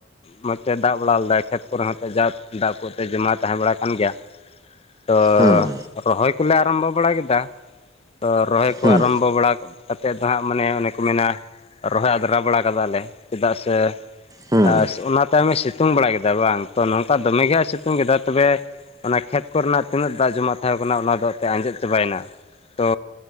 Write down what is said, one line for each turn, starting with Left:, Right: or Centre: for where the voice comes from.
Left: ᱢᱚᱡᱽ ᱛᱮ ᱫᱟᱜ ᱵᱟᱲᱟ ᱞᱮᱫᱟᱭ ᱠᱷᱮᱛ ᱠᱚᱨᱮ ᱦᱚᱸ ᱡᱟ ᱫᱟᱜ ᱠᱚᱛᱮ ᱡᱚᱢᱟ ᱛᱟᱦᱮᱸ ᱵᱟᱲᱟ ᱠᱟᱱ ᱜᱮᱭᱟ ᱾ ᱛᱚ
Right: ᱦᱩᱸ
Left: ᱨᱚᱦᱚᱭ ᱠᱚᱞᱮ ᱟᱨᱚᱢᱵᱚ ᱵᱟᱲᱟ ᱠᱮᱫᱟ ᱛᱚ ᱨᱚᱦᱚᱭ ᱠᱚ
Right: ᱦᱩᱸ
Left: ᱟᱨᱚᱢᱵᱚ ᱵᱟᱲᱟ ᱠᱟᱛᱮᱜ ᱫᱚ ᱦᱟᱸᱜ ᱢᱟᱱᱮ ᱚᱱᱮ ᱠᱚ ᱢᱮᱱᱟ ᱨᱚᱦᱚᱭ ᱟᱫᱽᱨᱟ ᱵᱟᱲᱟ ᱠᱟᱫᱟ ᱞᱮ ᱪᱮᱫᱟᱜ ᱥᱮ
Right: ᱦᱩᱸ
Left: ᱮ ᱚᱱᱟ ᱛᱟᱭᱚᱢᱮ ᱥᱤᱛᱩᱝ ᱵᱟᱲᱟ ᱠᱮᱫᱟ ᱵᱟᱝ ᱛᱚ ᱱᱚᱝᱠᱟ ᱫᱚᱢᱮ ᱜᱮ ᱦᱟᱜ ᱮ ᱥᱤᱛᱩᱝ ᱠᱮᱫᱟ ᱛᱚᱵᱮ ᱚᱱᱟ ᱠᱷᱮᱛ ᱠᱚᱨᱮᱱᱟᱜ ᱛᱤᱱᱟᱹᱜ ᱫᱟᱜ ᱡᱚᱢᱟᱜ ᱛᱟᱸᱦᱮᱣ ᱠᱟᱱᱟ ᱚᱱᱟ ᱫᱚ ᱮᱛᱮᱜ ᱟᱸᱡᱮᱫ ᱪᱟᱵᱟᱭᱮᱱᱟ ᱛᱚ